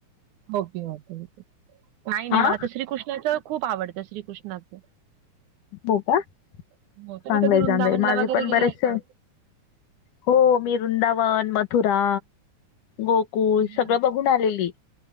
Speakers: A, on the right (about 80°); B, on the left (about 85°).
A: ओके ओके ओके नाही नाही
B: हा
A: मला तर श्रीकृष्णाच्या खूप आवडते श्रीकृष्णाचं.
B: हो का
A: हो. तुम्ही
B: चांगलंय
A: कधी वृंदावनला
B: चांगलंय माझे
A: वगैरे
B: पण बरेचसे
A: गेलाय का?
B: हो. मी वृंदावन, मथुरा, गोकुल
A: अय्या
B: सगळं ब बघुण आलेली.